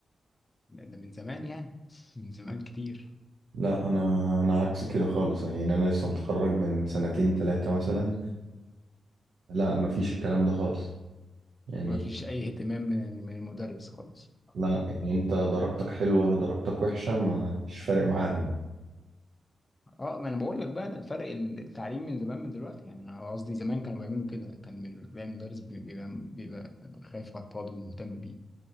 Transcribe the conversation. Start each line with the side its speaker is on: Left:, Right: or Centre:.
Left: ده من زمان يعني <laughs> من زمان كتير
Right: لا انا انا عكس كده خالص يعني انا لسه متخرج من سنتين ثلاثة مثلا لا مفيش الكلام ده خالص يعني
Left: ما فيش اي اهتمام من من المدرس خالص
Right: لا يعني انت درجتك حلوة درجتك وحشة ما- مش فارق معاهم
Left: اه ما انا بقول لك بقى فرق التعليم من زمان من دلوقتي يعني انا قصدي زمان كانوا بيعملوا كده كان بيلاقي مدرس بي- بيبقى بيبقى خايف على الطالب ومهتم بيه